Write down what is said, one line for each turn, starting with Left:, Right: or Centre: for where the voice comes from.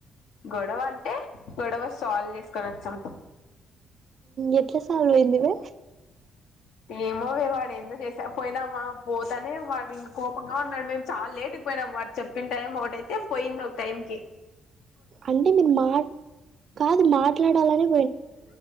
Left: గొడవ అంటే గొడవ సాల్వ్ చేసుకొని వచ్చాం.
Right: ఎట్లా సాల్వ్ అయిందివే.
Left: ఏమోవే వాడు ఎందో చేసా పోయినామా పోతనే వాడు ఇంకా కోపంగా ఉన్నాడు, మేము చాలా లేటుకి పోయినాము వా చెప్పిన టైం ఒకటయితే పోయింది ఒక టైంకి.
Right: అంటే మీరు మా కాదు మాట్లాడాలని